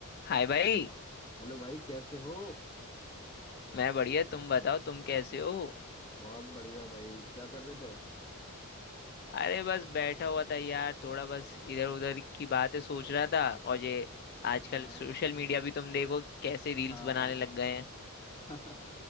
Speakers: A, on the left; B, on the left.
A: हाय भाई
B: Hello भाई कैसे हो
A: मैं बढ़िया तुम बताओ तुम कैसे हो
B: बहुत बढ़िया भाई क्या कर रहे थे
A: अरे बस बैठा हुआ था यार थोड़ा बस इधर उधर की बातें सोच रहा था और ये आजकल
B: हाँ
A: सोशल मीडिया भी तुम देखो कैसे रील्स
B: हाँ
A: बनाने लग गए हैं
B: <laughs>